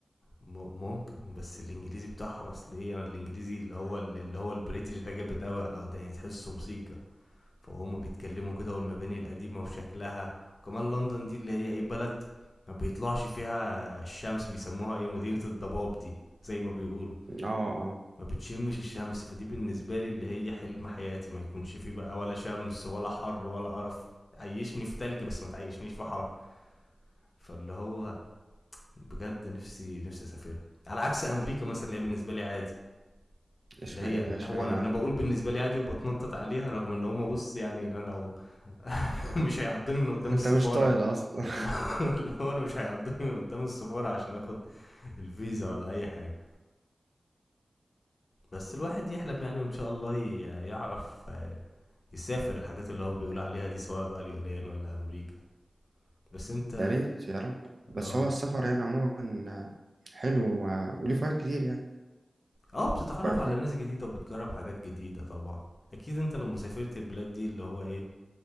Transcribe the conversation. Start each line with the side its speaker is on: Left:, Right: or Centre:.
Left: م- ممكن بس الانجليزي بتاعهم اصل ايه انا الانجليزي اللي هو اللي هو البريتش ده جامد قوي على وداني تحسه موسيقى فهم بيتكلموا كده والمباني القديمة وشكلها وكمان لندن دي اللي هي ايه بلد ما بيطلعش فيها الشمس بيسموها ايه مدينة الضباب دي زي ما بيقولوا
Right: اه اه
Left: ما بتشمش الشمس فدي بالنسبة لي اللي هي حلم حياتي ما يكونش فيه بقى ولا شمس ولا حر ولا قرف عيشني في تلج بس ما تعيشنيش في حر فاللي هو بجد نفسي نفسي اسافرها على عكس امريكا مثلا اللي هي بالنسبة لي عادي
Right: اشمعنى
Left: اللي هي
Right: ايه ده
Left: اللي
Right: اشمعنى
Left: هو انا
Right: يعني؟
Left: انا باقول بالنسبه لي عادي وبتنطط عليها رغم ان هم بص يعني انا لو <laughs> مش هيعضوني من قدام
Right: انت
Left: السفاره
Right: مش طايل اصلا
Left: <laughs> انا اللي هو انا مش هيعضوني من قدام السفاره عشان اخد الفيزا ولا اي حاجه بس الواحد يحلم يعني وان شاء الله ي- يعرف آه، يسافر الحاجات اللي هو بيقول عليها دي سواء بقى اليونان ولا امريكا بس
Right: <laughs>
Left: انت
Right: يا ريت يا رب بس
Left: اه
Right: هو السفر يعني عموما حلو و- وليه فوائد كتير يعني
Left: اه بتتعرف
Right: ف- ف-
Left: على ناس جديده وبتجرب حاجات جديده طبعا اكيد انت لما سافرت البلاد دي اللي هو ايه